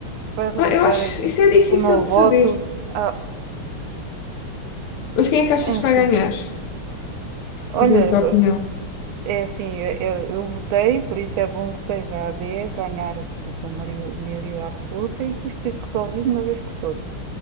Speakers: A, on the right (about 75°); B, on the left (about 80°).
A: vai resultar
B: Ah, Eu acho,
A: a-
B: isso é difícil
A: o meu
B: de
A: voto.
B: saber.
A: Ah,
B: Mas quem é que achas
A: enfim,
B: que vai ganhar?
A: olha,
B: Tipo, na tua opinião.
A: é assim, eu, eu- eu votei, por isso é bom que seja a AD ganhar por por maior- maioria absoluta e que isto fique resolvido de uma vez por todas.